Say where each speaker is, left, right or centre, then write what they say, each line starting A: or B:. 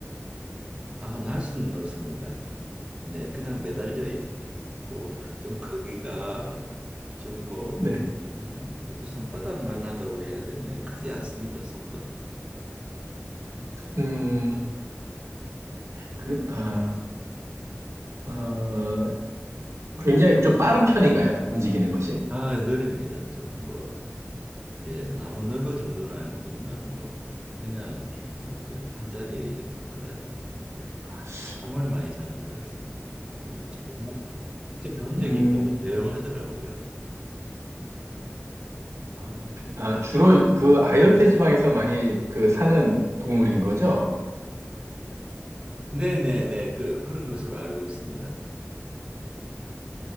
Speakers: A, on the right (about 20°); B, on the right (about 75°).
A: 아, 날 수는 없습니다. 네, 그냥 매달려 이- 있고 좀 크기가 좀 뭐
B: 네.
A: 한 이렇게 손바닥만 하다고 해야 되네. 크지 않습니다. 손바닥.
B: 음, 그, 아, 어, 굉장히 좀 빠른 편인가요? 움직이는 것이?
A: 아, 느립니다. 좀 뭐, 예, 나무 넓어 정도는 아니지만 뭐 그냥 계속 그한 자리에 이렇게 붙어가 이렇게 늘-
B: <laughs>
A: 잠을 많이 자는 것 같습니다. 가보니까 조용하- 직접 본 적이
B: 음,
A: 있는데 조용하더라고요.
B: 아, 아, 주로 그 아열대 지방에서 많이 그 사는 동물인 거죠?
A: 네네네 그 그런 것으로 알고 있습니다.